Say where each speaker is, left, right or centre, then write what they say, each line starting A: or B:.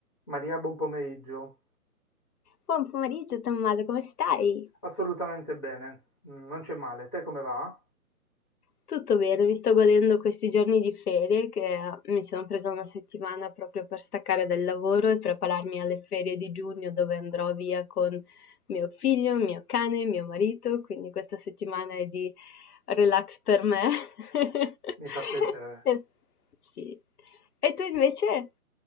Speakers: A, on the left (about 15°); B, on the left (about 70°).
A: Maria, buon pomeriggio.
B: Buon pomeriggio Tommaso, come stai?
A: Assolutamente bene, mm, non c'è male. Te come va?
B: Tutto bene, mi sto godendo questi giorni di ferie che eh, mi sono presa una settimana proprio per staccare dal lavoro e prepararmi alle ferie di giugno dove andrò via con mio figlio, mio cane, mio marito, quindi questa settimana è di relax per me. <laughs>
A: Mi fa piacere.
B: Sì. E tu invece?